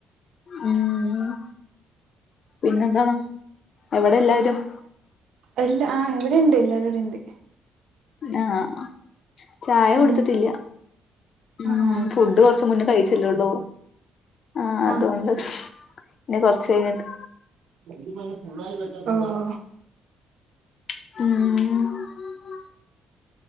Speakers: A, on the left; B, on the right.
A: ഉം പിന്നെ എന്താണ് എവിടെ എല്ലാരും
B: എല്ല ആ ഇവിടെയുണ്ട് എല്ലരുംവിടെ ഉണ്ട്
A: ആഹ് ചായ കുടുച്ചിട്ടില്ല
B: ഉം
A: ഉം
B: ആഹ്
A: ഫുഡ് കുറച്ച മുന്നേ കഴിച്ചല്ലള്ളൂ ആഹ് അതുകൊണ്ട്
B: ഓഹ്
A: പിന്നെ കൊറച്ച് കഴിഞ്ഞട്ട്
B: <unintelligible> ആഹ്
A: ഉം